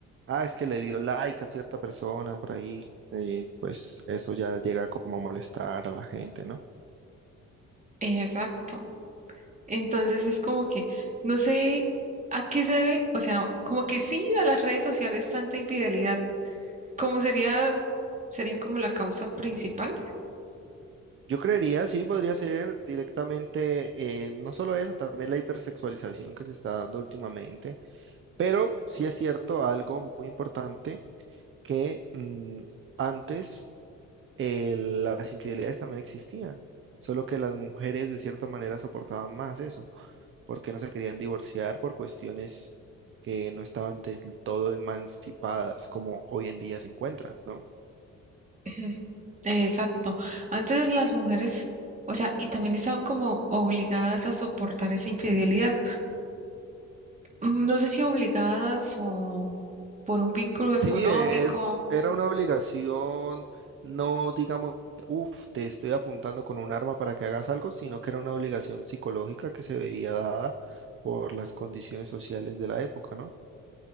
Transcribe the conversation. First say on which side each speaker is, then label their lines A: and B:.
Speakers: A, on the right; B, on the right.
A: ah, es que le dio like a cierta persona por ahí, y pues eso ya llega como a molestar a la gente, ¿no?
B: Exacto. Entonces es como que no sé a qué se debe, o sea, como que sí a las redes sociales tanta infidelidad, como sería, sería como la causa principal.
A: Yo creería, sí, podría ser directamente, eh, no solo eso, también la hipersexualización que se está dando últimamente, pero sí es cierto algo muy importante que mm, antes eh, las infidelidades también existían, solo que las mujeres de cierta manera soportaban más eso, porque no se querían divorciar por cuestiones que no estaban del todo emancipadas como hoy en día se encuentran, ¿no?
B: <clears throat> Exacto. Antes las mujeres, o sea, y también estaban como obligadas a soportar esa infidelidad. Mm, No sé si obligadas o por un vínculo
A: Sí,
B: económico.
A: e, es, era una obligación, no digamos, uff, te estoy apuntando con un arma para que hagas algo, sino que era una obligación psicológica que se veía dada por las condiciones sociales de la época, ¿no?